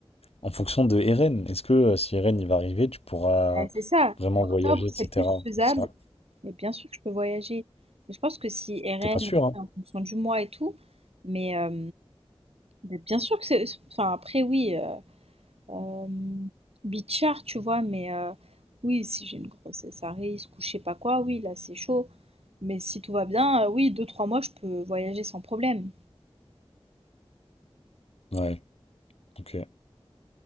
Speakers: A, on the left; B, on the right.
A: en fonction de Eren, est-ce que euh, si Eren il va arriver, tu pourras
B: Ouais, c'est ça,
A: vraiment
B: octobre
A: voyager,
B: c'est
A: etc.
B: plus faisable,
A: Ça,
B: mais bien sûr que je peux voyager. Mais je pense que si RN,
A: T'es pas sûr,
B: après
A: hein?
B: en fonction du mois et tout, mais euh, mais bien sûr que c'est. Enfin, après, oui. euh, euh, Bichard, tu vois, mais euh, oui, si j'ai une grossesse à risque ou je sais pas quoi, oui, là c'est chaud. Mais si tout va bien, euh, oui, deux, trois mois, je peux voyager sans problème.
A: Ouais, ok.